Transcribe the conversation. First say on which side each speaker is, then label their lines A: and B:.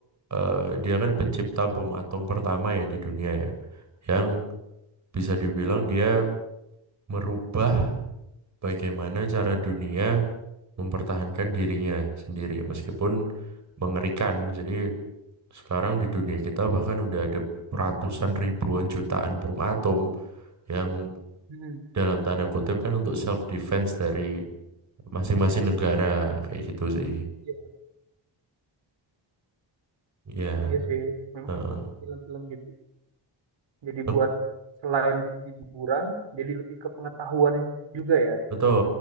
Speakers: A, on the right (about 40°); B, on the right (about 75°).
A: eh, dia kan pencipta bom atom pertama ya di dunia ya yang bisa dibilang dia merubah bagaimana cara dunia mempertahankan dirinya sendiri meskipun mengerikan jadi sekarang di dunia kita bahkan udah ada ratusan ribuan jutaan bom atom yang
B: hmm,
A: dalam tanda kutip kan untuk self defense dari masing-masing negara kayak gitu sih.
B: iya
A: Ya,
B: iya sih memang
A: heeh.
B: film-film gitu Jadi
A: Bet-
B: buat selain hiburan, jadi lebih ke pengetahuan juga ya.
A: Betul,